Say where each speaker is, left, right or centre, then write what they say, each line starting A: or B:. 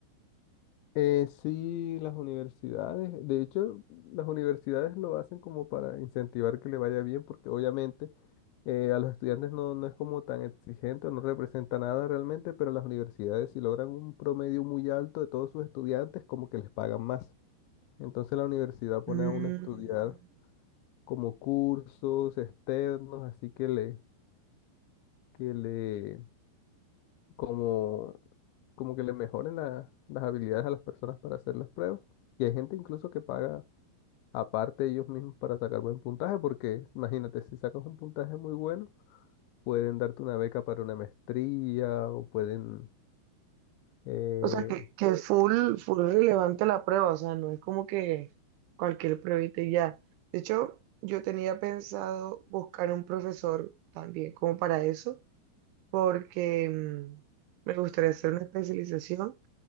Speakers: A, on the left; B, on the right.
A: Eh, sí, las universidades, de hecho, las universidades lo hacen como para incentivar que le vaya bien, porque obviamente eh, a los estudiantes no, no es como tan exigente, no representa nada realmente, pero las universidades si logran un promedio muy alto de todos sus estudiantes, como que les pagan más. Entonces la universidad pone
B: Mm.
A: a uno a estudiar como cursos externos, así que le, que le, como, como que le mejoren la- las habilidades a las personas para hacer las pruebas. Y hay gente incluso que paga aparte ellos mismos para sacar buen puntaje, porque imagínate, si sacas un puntaje muy bueno, pueden darte una beca para una maestría o pueden, eh,
B: O sea, que, que es full, full relevante la prueba, o sea, no es como que cualquier pruebita y ya. De hecho, yo tenía pensado buscar un profesor también como para eso, porque mm, me gustaría hacer una especialización